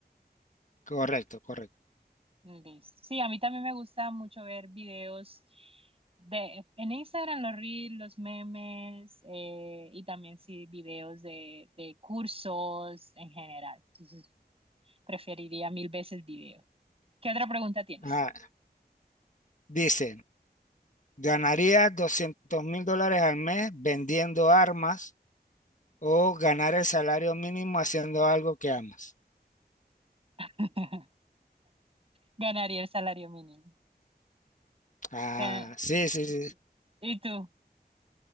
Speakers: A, on the left; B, on the right.
A: Correcto, correcto.
B: Listo. Sí, a mí también me gusta mucho ver videos de en Instagram, los reels, los memes eh, y también sí videos de, de cursos en general. Entonces preferiría mil veces videos. ¿Qué otra pregunta tienes?
A: Ah, dice, ¿ganaría doscientos mil dólares al mes vendiendo armas o ganar el salario mínimo haciendo algo que amas?
B: <laughs> Ganaría el salario mínimo.
A: Ah,
B: Gana-
A: sí, sí, sí.
B: sí. ¿Y tú?